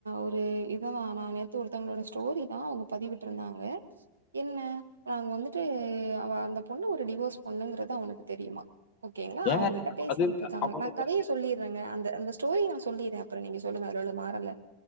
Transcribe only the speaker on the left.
ஏங்க
அது அவனுக்கு